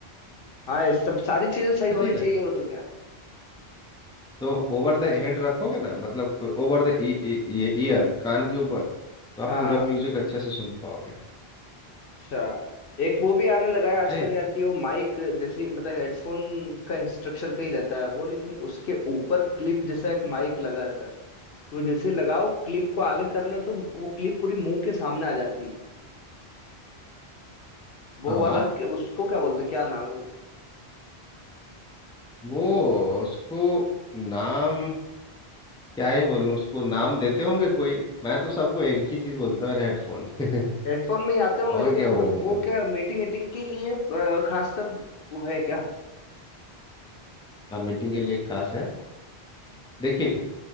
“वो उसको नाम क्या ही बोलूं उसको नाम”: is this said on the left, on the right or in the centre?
Centre